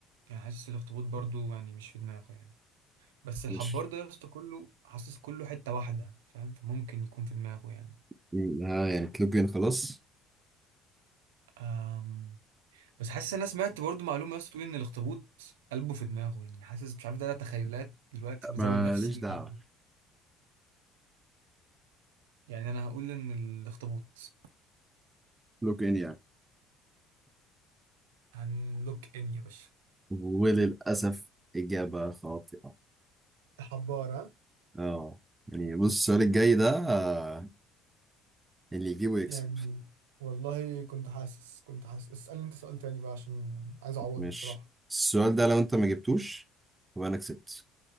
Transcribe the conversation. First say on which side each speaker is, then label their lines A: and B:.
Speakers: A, on the right; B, on the right.
A: يعني حاسس الاخطبوط برضو يعني مش في دماغه يعني بس الحبار
B: مش
A: ده يا اسطى كله حاسس كله حتة واحدة فاهم فممكن يكون في دماغه يعني
B: مم، ها يعني تلوجين خلاص
A: أم. بس حاسس انا سمعت برضو معلومة يا اسطى تقول ان الاخطبوط قلبه في دماغه يعني حاسس مش عارف ده لا تخيلات دلوقتي بزاول
B: ماليش
A: نفسي
B: دعوة
A: ولا- يعني انا هقول ان الاخطبوط
B: لوكين يعني
A: هنلوك ان يا باشا
B: وللأسف إجابة خاطئة
A: حبار ها
B: اه يعني بص السؤال الجاي ده آه، اللي يجيبه يكسب
A: يعني والله كنت حاسس كنت حاسس اسألني انت سؤال تاني بقى عشان عايز اعوض
B: مش
A: بصراحة
B: السؤال ده لو أنت ما جبتوش يبقى أنا كسبت